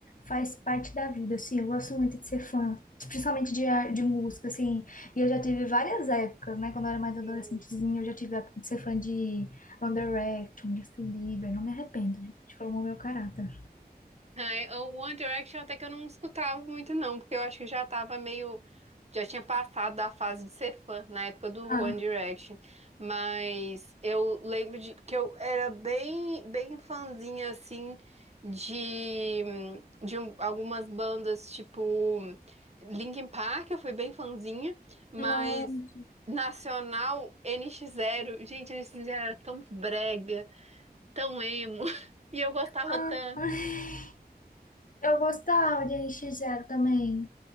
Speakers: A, on the left; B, on the right.
A: faz parte da vida, assim. Eu gosto muito de ser fã, principalmente de, ar- de música, assim. E eu já tive várias épocas, né? Quando eu era mais adolescentezinha,
B: <laughs>
A: eu já tive a época de ser fã de One Direction, Justin Bieber. Não me arrependo, gente. Formou meu caráter.
B: É, o One Direction até que eu não escutava muito, não, porque eu acho que já tava meio. Já tinha passado da fase de ser fã na época do
A: Ah,
B: One Direction. Mas eu lembro de que eu era bem, bem fãzinha, assim, de, de um- algumas bandas, tipo Linkin Park, eu fui bem fãzinha, mas
A: não.
B: Nacional, N NX Zero. Gente, N NX Zero era tão brega, tão emo, <laughs> e eu gostava
A: Ah,
B: tanto.
A: <laughs> Eu gostava de NX Zero também.